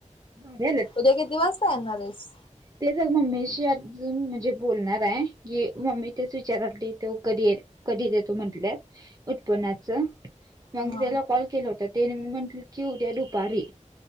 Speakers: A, on the right; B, on the left.
A: भारी
B: उद्या किती वाजता येणारेस.
A: ते जर मम्मीशी अजून म्हणजे बोलणार आहे की मम्मी तेच विचाराली तो कधी येल. कधी देतो म्हटल्यात उत्पन्नाचं. मग
B: हा.
A: त्यला कॉल केला होता त्यनी म्हटलं की उद्या दुपारी.